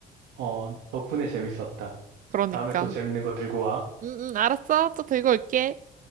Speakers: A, on the right; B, on the right.
A: 어, 덕분에 재밌었다.
B: 그러니까.
A: 다음에 또 재밌는 거 들고 와.
B: 응, 응, 알았어. 또 들고 올게.